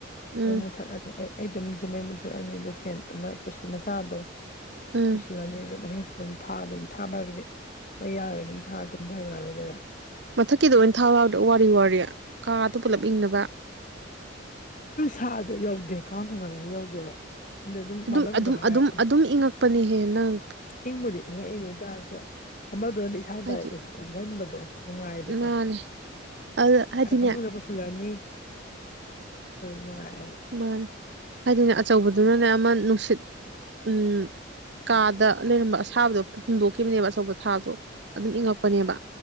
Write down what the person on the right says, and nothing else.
ꯎꯝ
ꯎꯝ
ꯃꯊꯛꯀꯤꯗ ꯑꯣꯏꯅ ꯊꯥꯎ ꯌꯥꯗ ꯋꯥꯔꯤ ꯋꯥ ꯀꯥꯗ ꯄꯨꯂꯞ ꯏꯪꯅꯕ
ꯑꯗꯨꯝ
ꯑꯗꯨꯝ
ꯑꯗꯨꯝ ꯑꯗꯨꯝ ꯏꯪꯉꯛꯄꯅꯦꯍꯦꯟꯅꯪ
ꯍꯥꯏꯗꯤ
ꯃꯥꯅꯦ ꯑꯗꯨ ꯍꯥꯏꯗꯤꯅꯦ
ꯃꯥꯦ ꯍꯥꯏꯗꯤꯅꯦ ꯑꯆꯧꯕꯗꯨꯅꯅꯦ ꯑꯃ ꯅꯨꯡꯁꯤꯠ ꯎꯝ ꯀꯥꯗ ꯂꯩꯔꯝꯕ ꯑꯁꯥꯕꯗꯣ ꯍꯨꯝꯗꯣꯛꯈꯤꯕꯅꯦꯕ ꯑꯆꯧꯕ ꯊꯥꯕꯗꯣ ꯑꯗꯨꯝ ꯏꯪꯉꯛꯄꯅꯦꯕ